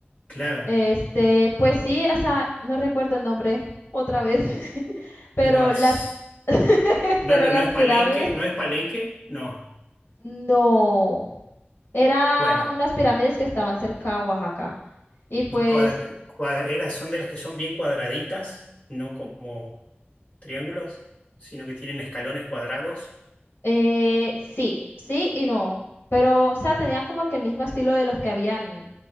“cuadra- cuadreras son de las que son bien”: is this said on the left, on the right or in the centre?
Left